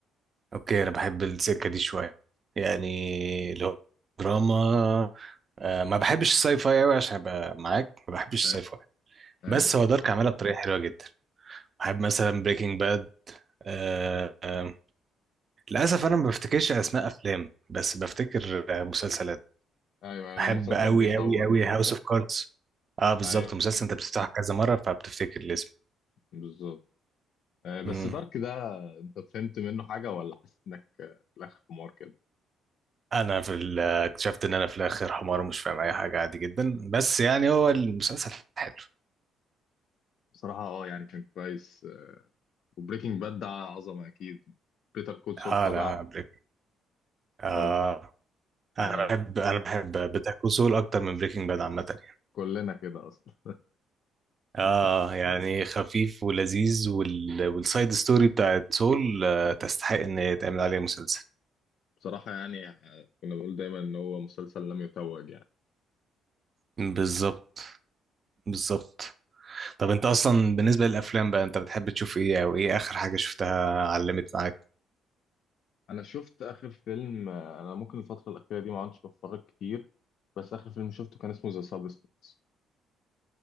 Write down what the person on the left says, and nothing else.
أي-
ايوه
حلو
ايوه
المسلسل
بيطول
ايوه
بالظبط آه، بس
دارك ده انت فهمت منه حاجه ولا حاسس انك آه، في الاخر حمار كده
بصراحه اه يعني كان كويس وبريكنج باد ده عظمه اكيد بيتر كول
سول طبعا
لو حاجة
كلنا كده أصلا
بصراحة يعني آه، كنا بنقول دايما إن هو مسلسل لم يتوج يعني
أنا شفت آخر فيلم آه، أنا ممكن الفترة الأخيرة دي ما عدتش بتفرج كتير بس آخر فيلم شفته كان اسمه ذا سابستنس